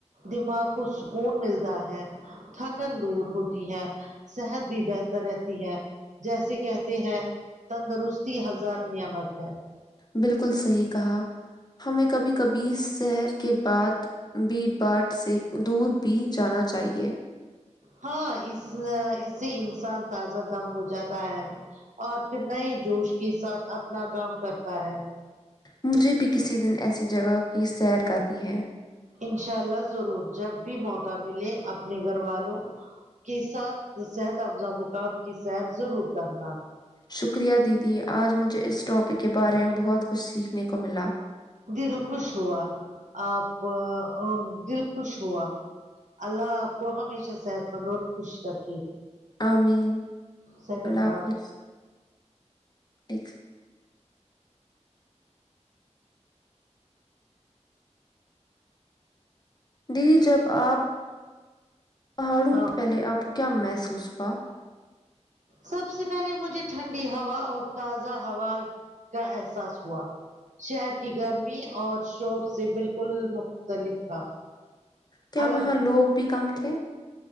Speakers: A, on the right; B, on the left.
A: دماغ کو سکون ملتا ہے تھکن دور ہوتی ہے صحت بھی بہتر رہتی ہے جیسے کہتے ہیں تندرستی ہزار نعمت ہے
B: بالکل صحیح کہا ہمیں کبھی کبھی سیر بیٹ باٹ سے دور بھی جانا چاہیے
A: ہاں اس اس سے انسان تازہ دم ہو جاتا ہے اور پھر نئے جوش کے ساتھ اپنا کام کرتا ہے
B: مجھے بھی کسی دن ایسی جگہ کی سیر کرنی ہے
A: انشاء اللہ ضرور جب بھی موقع ملے اپنے گھر والوں کے ساتھ صحت افزا مقام کی سیر ضرور کرنا
B: شکریہ دیدی آج مجھے اس ٹاپک کے بارے میں بہت کچھ سیکھنے کو ملا
A: دل خوش ہوا آپ آ دل خوش ہوا اللہ اپکو ہمیشہ صحت مند اور خوش رکھے
B: آمین
A: سیکنڈ
B: اللہ حافظ
A: پارٹ
B: ایک دی جب آپ پہاڑوں
A: ہاں
B: پہلے آپ کو کیا محسوس ہوا
A: سب سے پہلے مجھے ٹھنڈی ہوا اور تازہ ہوا کا احساس ہوا شہر کی گرمی اور شور سے بالکل مختلف تھا
B: کیا
A: الگ
B: وہاں
A: ما
B: لوگ بھی کم تھے